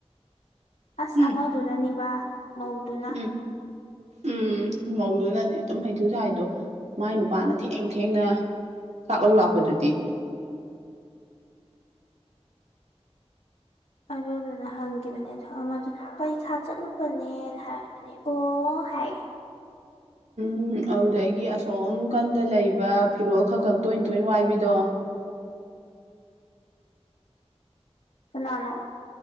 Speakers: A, on the left; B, on the right.
A: ꯑꯁ
B: ꯎꯝ
A: ꯑꯃꯗꯨꯅꯅꯤꯕ ꯃꯧꯗꯨꯅ
B: ꯎꯝ ꯎꯝ ꯃꯧꯗꯨꯅꯅꯦ ꯑꯗꯨꯝ ꯍꯩꯊꯨ ꯁꯥꯏꯗꯣ ꯃꯥꯏ ꯅꯨꯄꯥꯅ ꯊꯦꯡ ꯊꯦꯡꯅ ꯆꯥꯛ ꯂꯧ ꯂꯥꯛꯄꯗꯨꯗꯤ
A: ꯑꯗꯨꯗꯨꯅ ꯍꯪꯒꯤꯕꯅꯦ ꯑꯗꯣ ꯑꯃꯗꯨꯅ ꯄꯩꯈꯥ ꯆꯠꯂꯨꯕꯅꯦꯅ ꯍꯥꯏꯔꯅꯤ꯫ ꯑꯣ... ꯍꯥꯏ
B: ꯎꯝ ꯑꯗꯨꯗꯒꯤ ꯑꯁꯣꯝ ꯀꯟꯗ ꯂꯩꯕ ꯐꯤꯔꯣꯜ ꯈꯛ ꯈꯛ ꯇꯣꯏ ꯇꯣꯏꯅ ꯋꯥꯏꯕꯤꯗꯣ
A: ꯀꯅꯥꯅꯣ